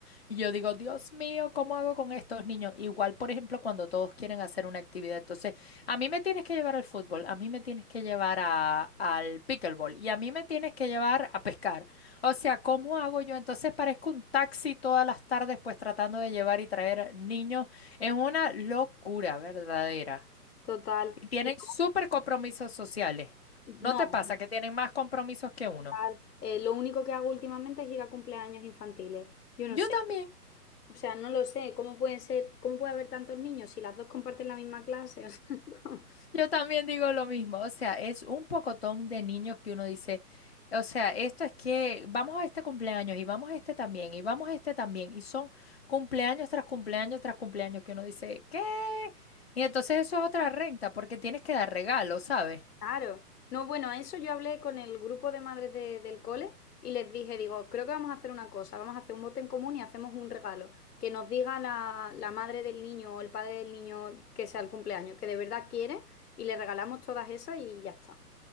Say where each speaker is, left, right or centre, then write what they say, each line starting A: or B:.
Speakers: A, on the left; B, on the left.
A: Y yo digo, Dios mío, ¿cómo hago con estos niños? Igual, por ejemplo, cuando todos quieren hacer una actividad. Entonces, a mí me tienes que llevar al fútbol, a mí me tienes que llevar a- al pickleball y a mí me tienes que llevar a pescar. O sea, ¿cómo hago yo? Entonces parezco un taxi todas las tardes, pues tratando de llevar y traer niños. Es una locura verdadera.
B: Total.
A: Y tienen
B: Y
A: súper compromisos sociales.
B: no,
A: ¿No te pasa
B: no,
A: que tienen más compromisos que uno?
B: total. Eh, lo único que hago últimamente es ir a cumpleaños infantiles. Yo
A: Yo
B: no sé,
A: también.
B: o sea, no lo sé, ¿cómo pueden ser, cómo puede haber tantos niños si las dos comparten la misma clase? <laughs> O sea, ¿cómo?
A: Yo también digo lo mismo, o sea, es un pocotón de niños que uno dice, o sea, esto es que vamos a este cumpleaños y vamos a este también y vamos a este también y son cumpleaños tras cumpleaños tras cumpleaños que uno dice, ¿qué? Y entonces eso es otra renta porque tienes que dar regalos, ¿sabes?
B: Claro. No, bueno, a eso yo hablé con el grupo de madres de- del cole y les dije, digo, creo que vamos a hacer una cosa, vamos a hacer un bote en común y hacemos un regalo, que nos diga la, la madre del niño o el padre del niño que sea el cumpleaños, que de verdad quiere y le regalamos todas esas y ya está.